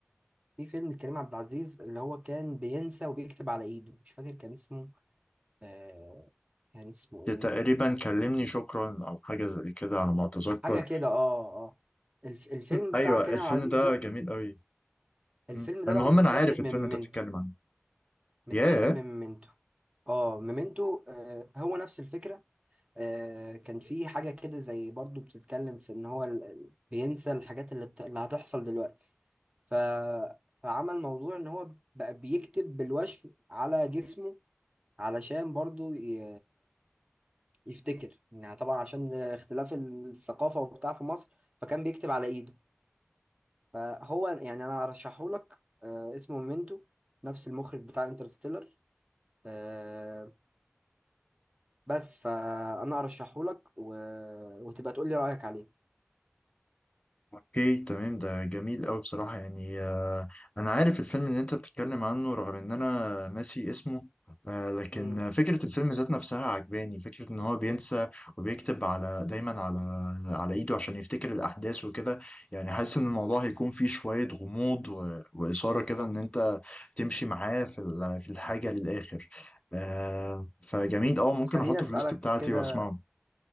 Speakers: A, on the right; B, on the left.
A: في فيلم لكريم عبد العزيز اللي هو كان بينسى وبيكتب على ايده مش فاكر كان اسمه آه كان اسمه ايه
B: تقريبا كلمني شكرا او حاجه زي كده على ما اتذكر
A: حاجه كده اه اه الف الفيلم
B: أمم، ايوه
A: بتاع كريم
B: الفيلم
A: عبد العزيز
B: ده
A: ده
B: جميل قوي
A: الفيلم
B: مم.
A: ده
B: المهم
A: بقى متاخد
B: انا عارف
A: من
B: الفيلم
A: ميمنتو
B: انت بتتكلم عنه
A: متاخد
B: ياه
A: من ميمنتو اه ميمنتو آه هو نفس الفكره آه كان في حاجه كده زي برضو بتتكلم في ان هو ال... ال- بينسى الحاجات اللي, بت... اللي هتحصل دلوقتي ف... فعمل موضوع ان هو بقى بيكتب بالوشم على جسمه علشان برضو ي... يفتكر يعني طبعا عشان اختلاف الثقافة وبتاع في مصر فكان بيكتب على ايده فهو يعني انا ارشحه لك آه، اسمه ميمنتو نفس المخرج بتاع انترستيلر آه، بس فانا ارشحه لك و... وتبقى تقول لي رأيك عليه
B: اوكي تمام ده جميل قوي بصراحة يعني آه، انا عارف الفيلم اللي انت بتتكلم عنه رغم ان انا ناسي اسمه آه، لكن
A: امم
B: فكرة الفيلم ذات نفسها عجباني فكرة ان هو بينسى وبيكتب على دايما على على ايده عشان يفتكر الاحداث وكده يعني حاسس ان الموضوع هيكون فيه شوية غموض و- وإثارة
A: بالظبط
B: كده ان انت تمشي معاه في ال- في الحاجة للآخر آه، فجميل اه ممكن
A: طب خليني
B: احطه
A: اسألك
B: في الليست بتاعتي
A: كده
B: واسمعه